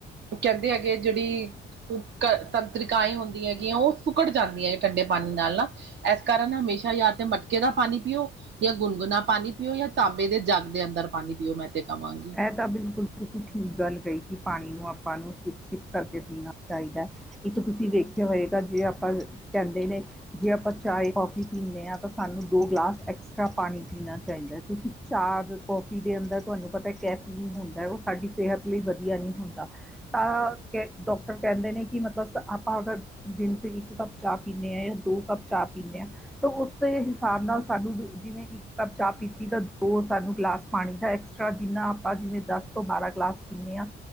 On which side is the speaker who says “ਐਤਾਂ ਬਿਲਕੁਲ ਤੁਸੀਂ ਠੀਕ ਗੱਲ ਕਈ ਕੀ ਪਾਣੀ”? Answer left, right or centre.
Centre